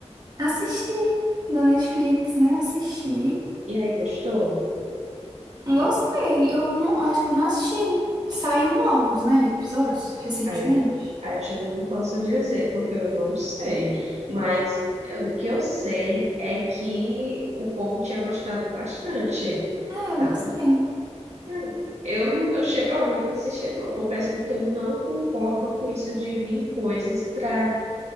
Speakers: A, on the right; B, on the right.
A: Assisti da Netflix, né? Assisti.
B: E aí gostou?
A: Gostei. Eu não, eu acho que eu não assisti. Saiu novos, né? Episódios recentemente.
B: Aí eu, aí eu já não posso dizer, porque eu não sei. Mas é, o que eu sei é que o povo tinha gostado bastante,
A: Ah, eu
B: sabe?
A: gostei.
B: Hum. Eu, eu che... Olha, eu não assisti, não. Eu Confesso porque eu não concordo com isso de vir coisas para